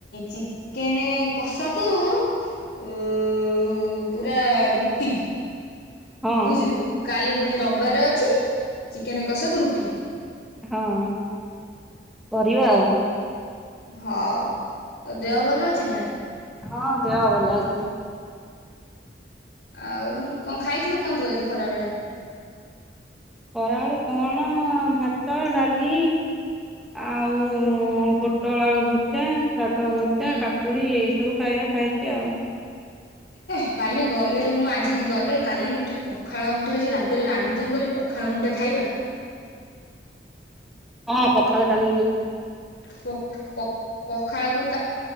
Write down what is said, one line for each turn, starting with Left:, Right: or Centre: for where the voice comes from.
Left: ଚିକେନ୍ କଷାକୁ ଉଁ ପୁରା ରୁଟି
Centre: ହଁ
Left: ବୁଝିଲୁ କାଲି ପୁଣି ରବିବାର ଅଛି ଚିକେନ କଷାକୁ ରୁଟି।
Centre: ହଁ କରିବା ଆଉ।
Left: ହଉ ତୋ ଦେହ ଭଲ ଅଛିନା?
Centre: ହଁ ଦେହ ଭଲ ଅଛି।
Left: ଆଉ କଁ ଖାଇଥିଲୁ କଁ ତୁ ଆଜି ଖରା ବେଳେ?
Centre: ଖରାବେଳେ କଣ ଭାତ ଡ଼ାଲି ଆଉ ପୋଟଳ ଆଳୁ ଭଜା ଶାଗ ଭଜା
Left: ହୁଁ।
Centre: କାକୁଡ଼ି ଏଇ ସବୁ ଖାଇବା ଖାଇଚି ଆଉ।
Left: ହେ କାଲି ଗଲେ ମୁଁ ଆଜି ଗଲେ କାଲି ମୁଠେ ପଖାଳ ମୁଠେ ଆଜି ରାତିରେ ରାନ୍ଧିଥିବୁ କାଲି ପଖାଳ ମୁଠେ ଖାଇବା?
Centre: ହଁ ପଖାଳ କାଲିକି
Left: ପକ ପକ ପଖାଳକୁ କା